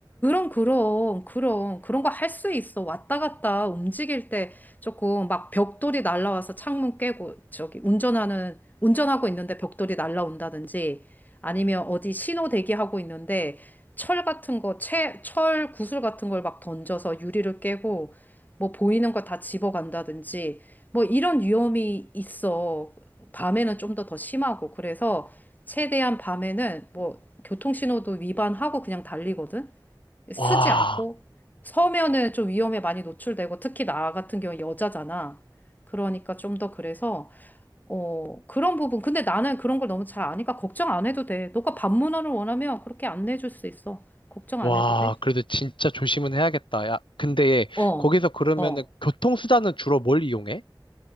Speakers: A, on the left; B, on the left.
A: 그럼, 그럼, 그럼. 그런 거 할 수 있어. 왔다 갔다 움직일 때 조금 막 벽돌이 날라와서 창문 깨고, 저기, 운전하는, 운전하고 있는데 벽돌이 날라온다든지, 아니면 어디 신호 대기하고 있는데, 철 같은 거, 채, 철 구슬 같은 걸 막 던져서 유리를 깨고, 뭐 보이는 거 다 집어간다든지, 뭐 이런 위험이 있어. 밤에는 좀 더 더 심하고. 그래서 최대한 밤에는 뭐 교통신호도 위반하고 그냥 달리거든? 쓰지
B: 와,
A: 않고 서면은 좀 위험에 많이 노출되고 특히 나 같은 경우는 여자잖아. 그러니까 좀 더 그래서 어 그런 부분 근데 나는 그런 걸 너무 잘 아니까 걱정 안 해도 돼. 너가 반문화를 원하면 그렇게 안내해 줄 수 있어. 걱정
B: 와,
A: 안 해도 돼.
B: 그래도 진짜 조심은 해야겠다. 야, 근데
A: 어.
B: 거기서 그러면은
A: 어.
B: 교통수단은 주로 뭘 이용해?